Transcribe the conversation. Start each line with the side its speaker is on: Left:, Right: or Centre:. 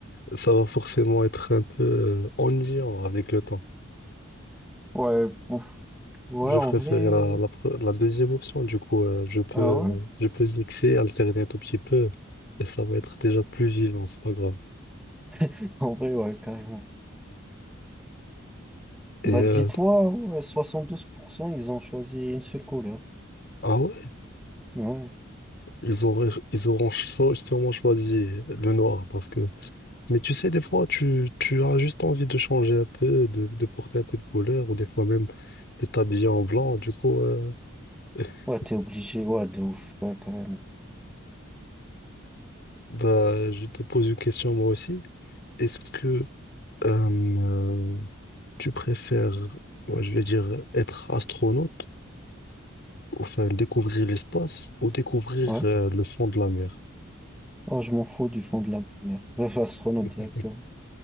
Left: ça va forcément être un peu euh, ennuyant avec le temps.
Centre: Ouais, ouf. Ouais,
Left: Je
Centre: en
Left: préfère
Centre: vrai,
Left: la,
Centre: euh,
Left: la, pre- la deuxième option, du coup, euh, je peux,
Centre: ah
Left: euh,
Centre: ouais,
Left: je peux mixer, alterner un tout petit peu, et ça va être déjà plus vivant, c'est pas grave.
Centre: <laughs> en vrai, ouais, carrément.
Left: Et
Centre: Bah
Left: euh,
Centre: dis-toi, ouais, 72%, ils ont choisi une seule couleur.
Left: ah ouais,
Centre: Ouais,
Left: ils auront, ils auront cho- sûrement choisi le noir parce que Mais tu sais, des fois, tu, tu as juste envie de changer un peu, de, de porter un peu de couleur, ou des fois même de t'habiller en blanc. Du coup, euh, <laughs>
Centre: ouais, t'es obligé, ouais, de ouf, ouais, carrément.
Left: bah, je te pose une question moi aussi. Est-ce que euh, tu préfères, ouais, je vais dire, être astronaute, ou, enfin découvrir l'espace, ou découvrir
Centre: Ouais,
Left: euh, le fond de la mer?
Centre: oh, je m'en fous du fond de la mer. Bref, astronaute
Left: <laughs>
Centre: directeur.